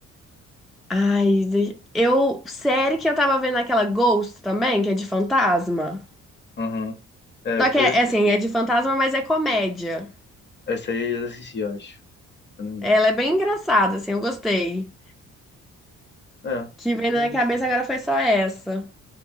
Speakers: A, in the centre; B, on the left.
A: Ai, de- eu. Série que eu tava vendo aquela Ghost também, que é de fantasma.
B: Aham. É,
A: Só
B: eu
A: que é
B: já assisti.
A: é assim, é de fantasma, mas é comédia.
B: Essa aí eu já assisti, eu acho. Se eu não me engano.
A: Ela é bem engraçada, assim, eu gostei.
B: É,
A: que
B: eu
A: vem
B: também
A: na minha
B: gostei.
A: cabeça agora foi só essa.